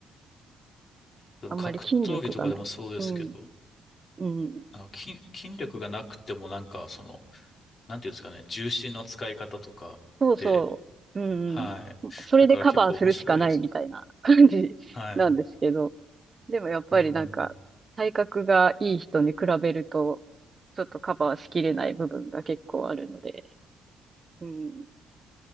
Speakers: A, on the left; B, on the right.
A: でも格闘技とかでもそうですけど、
B: あんまり筋力がない。うん。うん。
A: あの筋、筋力がなくてもなんかその、なんていうんですかね、重心の使い方とかで、
B: そうそう。うんうん。
A: はい。
B: それでカバーするしかないみたいな感じなんですけど、
A: だから結構面白いですよね。はい。
B: でもやっぱりなんか、
A: うん。
B: 体格がいい人に比べると、ちょっとカバーしきれない部分が結構あるので、うん。